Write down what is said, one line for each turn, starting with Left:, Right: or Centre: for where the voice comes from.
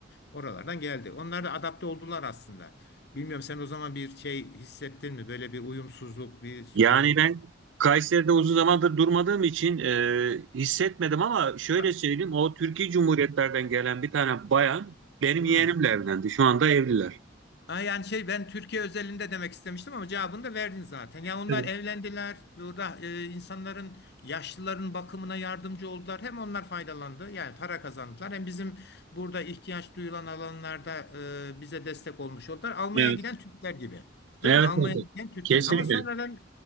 Left: Oralardan geldi. Onlar da adapte oldular aslında. Bilmiyorum sen o zaman bir şey hissettin mi? Böyle bir uyumsuzluk, bir sorun.
Right: Yani ben Kayseri'de uzun zamandır durmadığım için e, hissetmedim ama şöyle
Left: Ka-
Right: söyleyeyim o Türkiye Cumhuriyetlerden gelen bir tane bayan benim yeğenimle
Left: Hı.
Right: evlendi. Şu anda evliler.
Left: Ha, yani şey ben Türkiye özelinde demek istemiştim ama cevabını da verdin zaten. Yani onlar
Right: Evet.
Left: evlendiler. Burada e, insanların yaşlıların bakımına yardımcı oldular. Hem onlar faydalandı. Yani para kazandılar. Hem bizim burada ihtiyaç duyulan alanlarda e, bize destek olmuş oldular. Almanya'ya
Right: Evet.
Left: giden Türkler gibi.
Right: Evet.
Left: Değil mi? Almanya'ya
Right: evet.
Left: giden Türkler.
Right: Kesinlikle.
Left: Ama sonradan